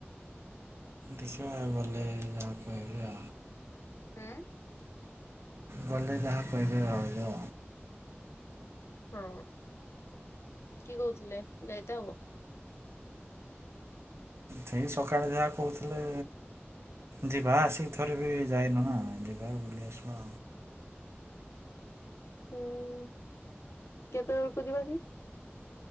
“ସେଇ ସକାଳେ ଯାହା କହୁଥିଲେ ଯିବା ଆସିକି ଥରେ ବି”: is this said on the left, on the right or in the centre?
Right